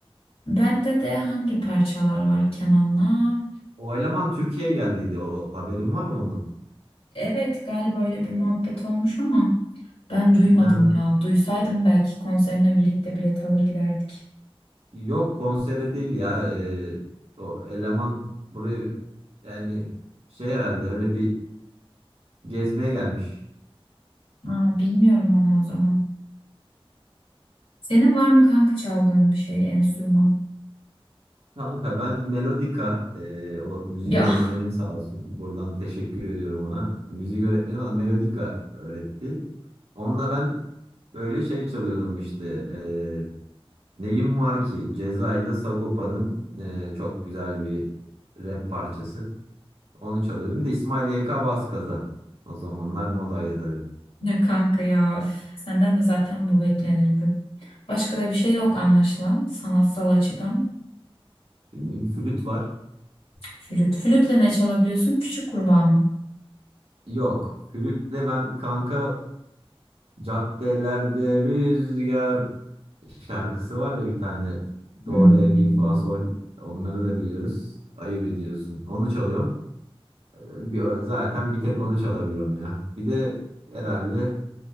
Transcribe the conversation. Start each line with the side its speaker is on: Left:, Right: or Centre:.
Left: Bende de hangi parçalar var kemanla?
Right: O eleman Türkiye'ye geldiydi. O haberin var mı ondan?
Left: Evet galiba öyle bir muhabbet olmuş ama ben duymadım
Right: Ha.
Left: ya. Duysaydım belki konserine birlikte bilet alır giderdik.
Right: Yok konsere değil ya. Ee, o eleman buraya yani şey herhalde öyle bir gezmeye gelmiş.
Left: Aa, bilmiyorum onu o zaman. Senin var mı kanka çaldığın bir şey, enstrüman?
Right: Kanka ben Melodika ee, o müzik
Left: Ya
Right: öğretmenim sağ olsun. Buradan teşekkür ediyorum ona. Müzik öğretmenim bana Melodika öğretti. Onunla ben böyle şey çalıyordum işte. ee, Neyim Var Ki Ceza ile Sagopa'nın ee, çok güzel bir rap parçası. Onu çalıyordum. Bir de İsmail YK Vaskaza. O zamanlar modaydı tabii.
Left: <laughs> ya kanka ya üf, senden de zaten bu beklenirdi. Başka da bir şey yok anlaşılan sanatsal açıdan.
Right: Bilmiyorum, Flüt var.
Left: Flüt. Flütle ne çalabiliyorsun? Küçük kurbağa mı?
Right: Yok. Flütle ben kanka caddelerde rüzgar şarkısı var ya bir tane. Do,
Left: Hmm.
Right: re, mi, fa, sol. Onları da biliyoruz. Ayıp ediyorsun. Onu çalıyorum. Ee, bir- Zaten bir tek onu çalabiliyorum ya. Bir de herhalde